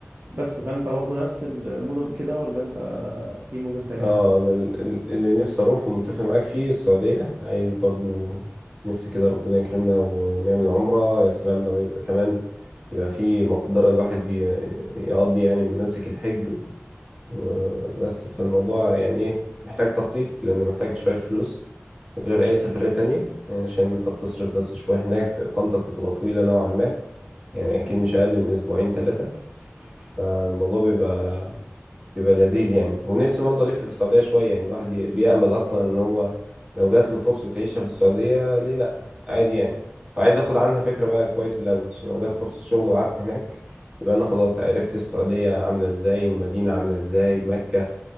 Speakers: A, on the right; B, on the right.
A: بس فأنت برضو نفس المدن كده ولا أنت في مدن تانية؟
B: اه انا ال- ال- اللي نفسي اروح ومتفق معاك فيه السعودية عايز برضو نفسي كده ربنا يكرمنا ونعمل عمرة يا سلام لو يبقى كمان يبقى في مقدرة الواحد ي- يقضي يعني مناسك الحج وبس فالموضوع يعني ايه محتاج تخطيط لان محتاج شوية فلوس غير اي سفرية تانية عشان انت بتصرف بس شوية هناك في اقامتك بتبقى طويلة نوعا ما يعني اكيد مش اقل من اسبوعين ثلاثة فالموضوع بيبقى بيبقى لذيذ يعني ونفسي برضه ألف في السعودية شوية يعني الواحد بيأمل أصلا إن هو لو جات له فرصة يعيشها في السعودية ليه لأ عادي يعني فعايز أخد عنها فكرة بقى كويس الأول عشان لو جات فرصة شغل وقعدت هناك يبقى أنا خلاص عرفت السعودية عاملة إزاي المدينة عاملة إزاي مكة